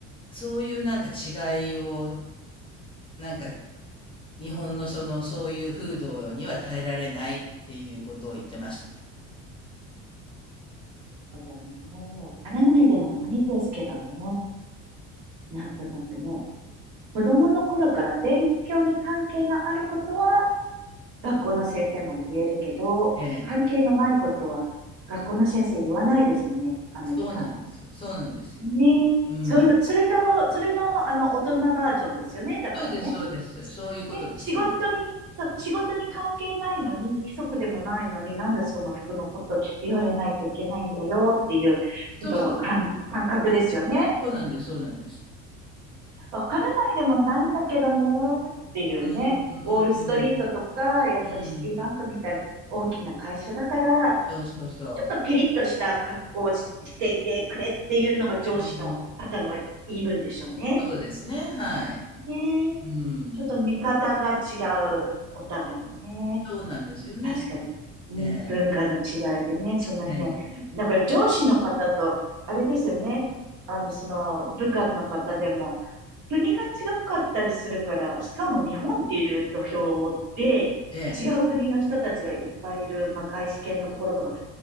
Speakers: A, on the left (about 15°); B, on the right (about 65°).
A: そういうなんか違いを、なんか日本のその、そういう風土には耐えられないっていうことを言ってましたね。
B: るほどね。わからないでもないですけどね。なんとなくね。子供の頃から勉強に関係のあることは学校の先生も言えるけど、
A: ええ。
B: 関係のないことは学校の先生言わないですもんね。アメリカ。
A: そうなんですよ。そうなんですよ。
B: ねえ。
A: うん。
B: それ、それと、それの、あの、大人バージョンですよね。だからね。
A: そうです、そうです。そういうことですよね。
B: ね、仕事に、さ、仕事に関係ないのに、規則でもないのに、なんでその服のこと言われないといけないんだよっていう、ちょっと感、
A: そうそうそう。
B: 感覚ですよね。
A: そうなんです、そうなんです。
B: わからないでもないんだけどね、っていうね。
A: うん、うん、
B: ウォールストリートとか、
A: うん。
B: やっぱりシティバンクみたいな大きな会社だから、
A: うんそうそうそ
B: ちょっとピリッとした格好をししていてくれっていうのが上司の方の言い分でしょうね。
A: う。うん、そうですね、はい。
B: ねえ、
A: うん、
B: ちょっと見方が違う、お互いにね。
A: そうなんですよね。
B: 確かに。うん文化の違いでね、
A: ええ、
B: その辺。
A: ええ、
B: だから上司の方と、あれですよね。あの、その部下の方でも、国が違かったりするから、しかも日本っていう土俵で、
A: ええ。
B: 違う国の人たちがいっぱいいる、まあ、外資系のところとか、